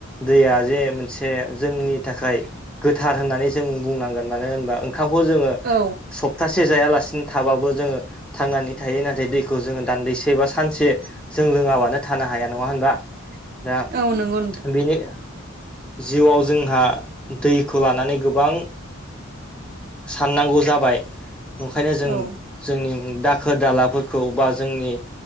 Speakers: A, in the centre; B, on the right.
A: दैया जे मोनसे जोंनि थाखाय गोथार होननानै जों बुंनांगोन मानो होनोबा ओंखामखौ जोङो
B: औ
A: स गसे जायालासिनो थाबाबो जोङो थांनानै थायो नाथाय दैखौ जोङो दान्दैसे बा सानसे जों लोङाबानो थानो हाया नङा होनबा दा
B: औ नोंगौ
A: बेनि जिउआव जोंहा दैखौ लानानै गोबां साननांगौ जाबाय ओंखायनो जों
B: औ
A: जोंनि दाखोर दालाफोरखौ बा जोंनि